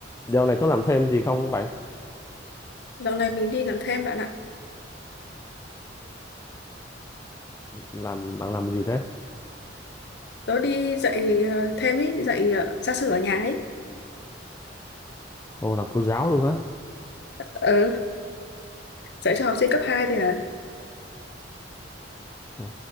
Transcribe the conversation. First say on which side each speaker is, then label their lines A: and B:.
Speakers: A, on the left (about 15°); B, on the left (about 60°).
A: Dạo này có làm thêm gì không bạn?
B: Dạo này mình đi làm thêm bạn ạ.
A: Làm bạn làm gì thế?
B: Tớ đi dạy ờ, thêm ý, dạy ờ, gia sư ở nhà ấy.
A: Ồ là cô giáo luôn á.
B: Ờ, dạy cho học sinh cấp 2 thì à,
A: Ồ,